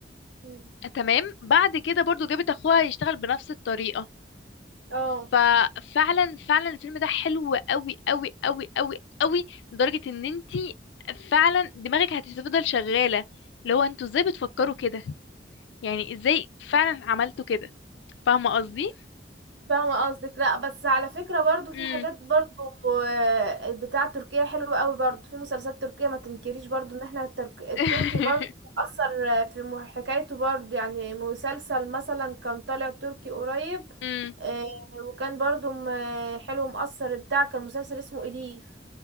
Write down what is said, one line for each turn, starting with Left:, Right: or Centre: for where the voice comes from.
Right: مم.
Left: تمام بعد كده برضو جابت اخوها يشتغل بنفس الطريقه
Right: اه
Left: ففعلا فعلا الفيلم ده حلو قوي قوي قوي قوي قوي لدرجة ان انتي فعلا دماغك هتفضل شغالة اللي هو انتوا ازاي بتفكروا كده يعني ازاي فعلا عملتوا كده فاهمة قصدي؟
Right: فاهمة قصدك لا بس على فكرة برضو في
Left: امم
Right: حاجات برضو آه، بتاع تركيا حلوة قوي برضو في مسلسلات تركية ما تنكريش برضو ان احنا الترك... التركي
Left: <laughs>
Right: برضو اثر آه، في مح- حكايته برضو يعني مسلسل مثلا كان طالع تركي قريب
Left: امم
Right: آه، وكان برضو م- حلو مؤثر بتاع كان مسلسل اسمه إليف